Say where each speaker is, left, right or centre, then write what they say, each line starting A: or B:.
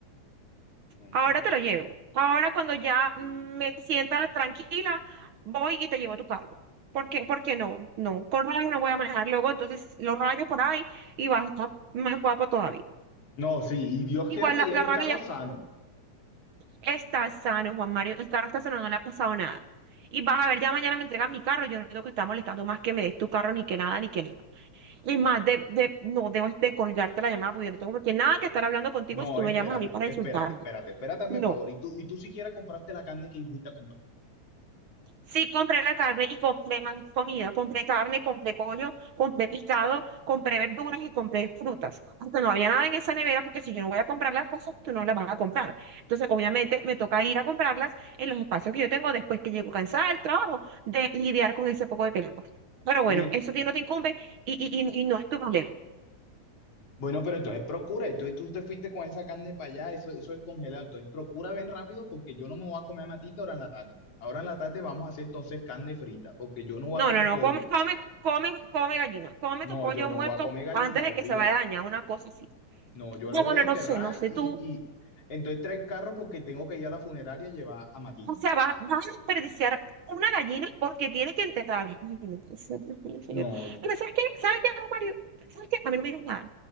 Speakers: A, on the left; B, on the right.
A: No, hombre.
B: Ahora te lo llevo. Ahora cuando ya mm, me sienta tranquila, voy y te llevo tu carro. ¿Por qué? Porque no, no. Con rayos no voy a manejar luego. Entonces lo rayo por ahí y vas a estar más guapo todavía.
A: No, sí, y Dios
B: Igual
A: quiera que
B: la,
A: llegue
B: la
A: el
B: rabia
A: carro
B: ya está.
A: sano.
B: Está sano, Juan Mario. El carro está sano, no le ha pasado nada. Y vas a ver, ya mañana me entregan mi carro. Yo no digo que está molestando más que me des tu carro, ni que nada, ni que nada. Y más de, de no debo de colgarte la llamada porque yo no tengo por qué nada que estar hablando contigo
A: No,
B: si tú
A: espérate,
B: me llamas a mí para
A: espérate,
B: insultarme.
A: espérate, espérate, mi
B: No.
A: favor. Y tú, y tú siquiera compraste la carne que fuiste a comprar.
B: Sí, compré la carne y compré más comida. Compré carne, compré pollo, compré pescado, compré verduras y compré frutas. Hasta no había nada en esa nevera porque si yo no voy a comprar las cosas, tú no las vas a comprar. Entonces, obviamente, me toca ir a comprarlas en los espacios que yo tengo después que llego cansada del trabajo de lidiar con ese poco de pelado. Pero bueno,
A: Y en-
B: eso a ti no te incumbe y, y, y- y no es tu problema.
A: bueno, pero entonces procura. Entonces tú te fuiste con esa carne para allá, eso, eso es congelado. Entonces procura bien rápido porque yo no me voy a comer a matilda ahora en la tarde. Ahora en la tarde vamos a hacer entonces carne frita porque yo no voy
B: No,
A: a comer
B: no, no,
A: pollo.
B: come, come, come, come gallina. Come tu
A: No,
B: pollo
A: yo no
B: muerto
A: voy a comer gallina,
B: antes
A: olvídate.
B: de que se vaya a dañar, una cosa así.
A: No, yo
B: No,
A: la voy
B: bueno,
A: a enterrar
B: no sé, no sé
A: y,
B: tú.
A: y entonces trae el carro porque tengo que ir a la funeraria y llevar a Matilde.
B: O sea, va, va a desperdiciar una gallina porque tiene que enterrarla. Ay, no puede ser, Dios mío, señor.
A: No,
B: Pero ¿sabes qué? ¿Sabes qué, Mario? ¿Sabes qué? A mí no me digas nada.